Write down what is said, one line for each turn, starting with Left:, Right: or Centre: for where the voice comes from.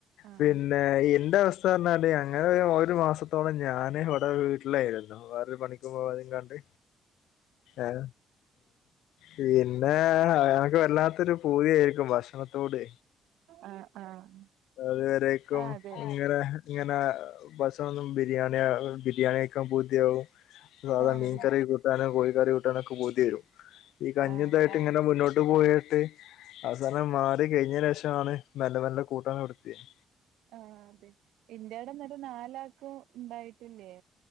Right: ആഹ്
Left: പിൻ ന്നെ ഇന്റെ അവസ്ഥ പറഞ്ഞാല് അങ്ങനെ ഒരു മാസത്തോളം ഞാന് ഇവിടെ വീട്ടിലായിരുന്നു വേറൊരു പണിക്കും പോവതെയ്കാണ്ട് ആഹ് പിന്നെ ഏഹ് അനക്ക് വല്ലാത്തൊരു പൂതിയായിരിക്കും ഭക്ഷണത്തോട്
Right: ആഹ് ആഹ്
Left: അത് വെരേക്കും
Right: ആഹ് അതെ
Left: ഇങ്ങനെ ഇങ്ങനെ ഭക്ഷണമൊന്നും ബിരിയാണി ബിരിയാണി കഴിക്കാൻ പൂതിയാവും വേറെ
Right: ആഹ്
Left: മീൻ
Right: അതെ
Left: കറി കൂട്ടാനും കോഴിക്കറി കൂട്ടാന് ഒക്കെ പൂതിവരും ഈ കഞ്ഞി
Right: ആഹ് അതെ
Left: പിന്നെ മുന്നോട്ട് പോയിട്ട് അവസാനം മാറി കഴിഞ്ഞതിന്റെ ശേഷമാണ് മെല്ലെ മെല്ലെ കൂട്ടാന് തൊടുത്തിയത്
Right: ആഹ് അതെ ഇന്റാടെ എന്നിട്ട് നാലാക്കും ഉണ്ടായിട്ടില്ലേ